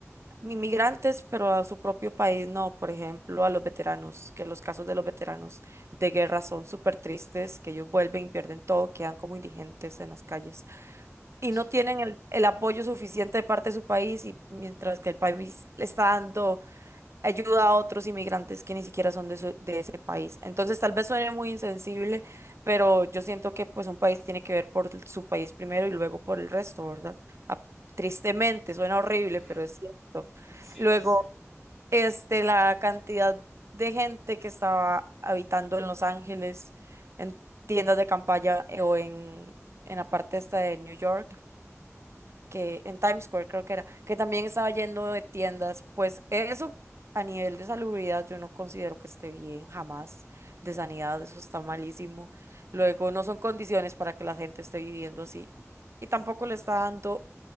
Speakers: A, on the right; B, in the centre.
A: inmigrantes, pero a su propio país no. Por ejemplo, a los veteranos, que los casos de los veteranos de guerra son súper tristes, que ellos vuelven, pierden todo, quedan como indigentes en las calles y
B: Sí.
A: no tienen el, el apoyo suficiente de parte de su país, y mientras que el país le está dando ayuda a otros inmigrantes que ni siquiera son de, su- de ese país. Entonces, tal vez suene muy insensible, pero yo siento que pues un país tiene que ver por su país primero y luego por el resto, ¿verdad? Ah, tristemente, suena horrible,
B: Mm,
A: pero es cierto.
B: Sí,
A: Luego,
B: sí, sí.
A: este, la cantidad de gente que estaba habitando en Los Ángeles, en tiendas de campaña eh, o en, en la parte esta de New York que en Times Square creo que era, que también estaba lleno de tiendas, pues eso a nivel de salubridad yo no considero que esté bien jamás, de sanidad eso está malísimo. Luego no son condiciones para que la gente esté viviendo así y tampoco le está dando